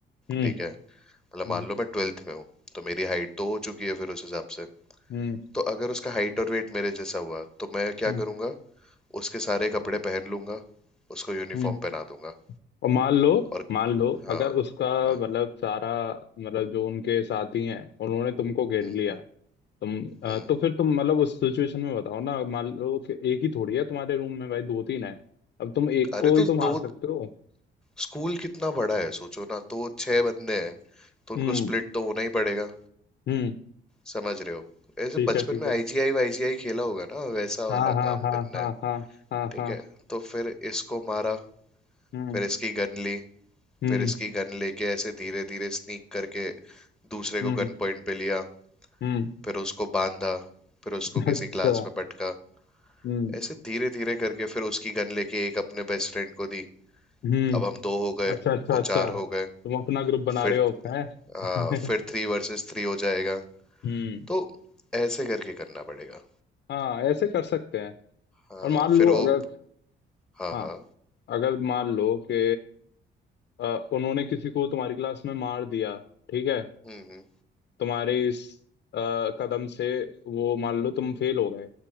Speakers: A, on the left; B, in the centre.
A: हम्म
B: ठीक है मतलब
A: हम्म
B: मान लो मैं ट्वेल्थ में हूँ तो मेरी हाइट तो हो चुकी है फिर उस हिसाब से
A: हम्म
B: तो अगर उसका हाइट और वेट मेरे जैसा हुआ तो मैं क्या
A: हम्म,
B: करूंगा उसके सारे कपड़े पहन लूंगा उसको यूनिफॉर्म
A: हम्म।
B: पहना दूंगा
A: और मान लो
B: और
A: मान लो
B: हाँ
A: अगर उसका
B: हाँ
A: मतलब सारा मतलब जो उनके साथी हैं उन्होंने तुमको घेर
B: हम्म
A: लिया तुम अ,
B: हम्म
A: तो फिर तुम मतलब उस सिचुएशन में बताओ ना मान लो कि एक ही थोड़ी है तुम्हारे रूम में भाई दो तीन है अब तुम एक
B: अरे
A: को ही
B: तो
A: तो मार
B: दो
A: सकते हो
B: स्कूल कितना बड़ा है सोचो ना तो छह बंदे हैं तो उनको
A: हम्म
B: स्प्लिट तो होना ही पड़ेगा
A: हम्म
B: समझ रहे हो ऐसे
A: ठीक
B: बचपन
A: है ठीक
B: में
A: है
B: आईजीआई वाईजीआई खेला होगा ना वैसा
A: हाँ
B: वाला
A: हाँ
B: काम
A: हाँ
B: करना
A: हाँ
B: है
A: हाँ हाँ
B: ठीक
A: हाँ
B: है तो फिर इसको मारा
A: हम्म
B: फिर इसकी गन ली
A: हम्म
B: फिर इसकी गन लेके ऐसे धीरे धीरे स्नीक करके दूसरे
A: हम्म
B: को गन पॉइंट पे लिया
A: हम्म
B: फिर उसको बांधा फिर उसको
A: अच्छा
B: किसी क्लास में पटका
A: हम्म
B: ऐसे धीरे धीरे करके फिर उसकी गन लेके एक अपने बेस्ट फ्रेंड को दी
A: हम्म
B: अब हम दो हो गए
A: अच्छा अच्छा
B: वो
A: अच्छा
B: चार
A: तुम
B: हो गए
A: अपना ग्रुप बना
B: फिर
A: रहे हो हैं
B: आ, फिर
A: <laughs>
B: थ्री वर्सेस थ्री हो जाएगा
A: हम्म
B: तो ऐसे करके करना पड़ेगा
A: हाँ ऐसे कर सकते हैं
B: हाँ
A: और मान
B: फिर
A: लो
B: वो
A: अगर
B: हाँ
A: हाँ
B: हाँ
A: अगर मान लो कि अ, उन्होंने किसी को तुम्हारी क्लास में मार दिया ठीक है
B: हम्म हम्म
A: तुम्हारे इस अ, कदम से वो मान लो तुम फेल हो गए